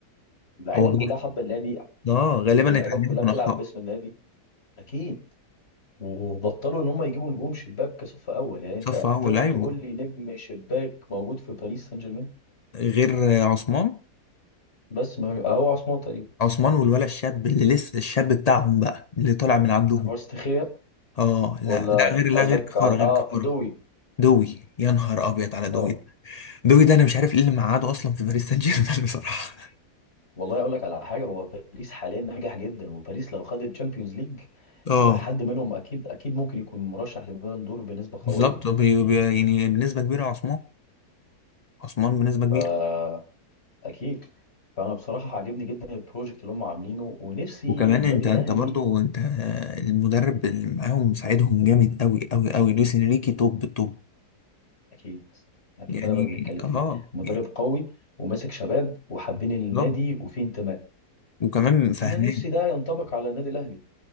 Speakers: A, on the left; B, on the left.
A: اللعيبه
B: هو غالبا-
A: كلها حابه النادي
B: اه غالبا
A: واللعيبه
B: اتعلموا
A: كلها
B: من
A: بتلعب
B: اخطائه
A: باسم النادي اكيد وبطلوا ان هم يجيبوا نجوم شباك كصف اول يعني انت
B: صف اول
A: تقدر
B: ايوه
A: تقول لي نجم شباك موجود في باريس سان جيرمان
B: غير عثمان
A: بس ما اهو عثمان تقريبا
B: عثمان والولا الشاب اللي لسه الشاب بتاعهم بقى اللي طالع من عندهم
A: كفاراتسخيليا
B: اه لا
A: ولا
B: لا غير لا
A: قصدك
B: غير كفاره
A: على
B: غير
A: اه
B: كفاره
A: دوي
B: دوي يا نهار ابيض على دوي
A: اه
B: ده دوي ده انا مش عارف ايه اللي مقعده اصلا في باريس سان جيرمان <laughs> بصراحه
A: والله اقول لك على حاجه هو باريس حاليا ناجح جدا وباريس لو خد الشامبيونز ليج
B: اه
A: الى حد منهم اكيد اكيد ممكن يكون مرشح لبالون دور بنسبه
B: بالظبط
A: قويه
B: بي- بي- يعني بنسبه كبيره عثمان عثمان بنسبه كبيره
A: فا اكيد فانا بصراحه عاجبني جدا البروجكت اللي هم عاملينه ونفسي
B: وكمان
A: النادي
B: انت
A: الاهلي
B: انت برضو انت المدرب اللي معاهم مساعدهم جامد قوي قوي قوي لويس انريكي توب توب
A: اكيد اكيد
B: يعني
A: ده اللي بقى بنتكلم فيه
B: اه
A: مدرب
B: يعني،
A: قوي وماسك شباب وحابين النادي
B: بالظبط
A: وفيه انتماء
B: وكمان فاهمان
A: انا نفسي ده ينطبق على النادي الاهلي